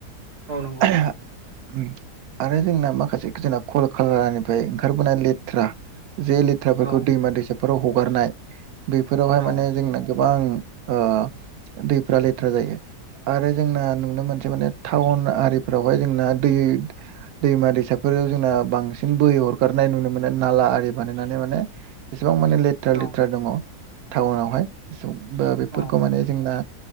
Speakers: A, on the right; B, on the right.
A: औ नंगौ
B: <unintelligible> आरो जोंना माखासे जोंना कल खालारनिफ्राय ओंखारबोनाय लेथ्रा जे लेथ्राफोरखौ
A: औ
B: दैमा दैसाफोराव हगारनाय बेफोरावहाय
A: औ
B: माने जोंना गोबां ओ दैफ्रा लेथ्रा जायो आरो जोंना नुनो मोनसे माने टाउन आरिफोरावहाय जोंना दै दैमा दैसाफोर जोंना बांसिन बोहै हर फोरनाय नुनो मोनो नाला आरि बानायनानै माने जेसेबां माने लेथ्रा
A: औ
B: लेथ्रा दङ टाउनावहाय बेफोरखौ
A: औ
B: माने जोंना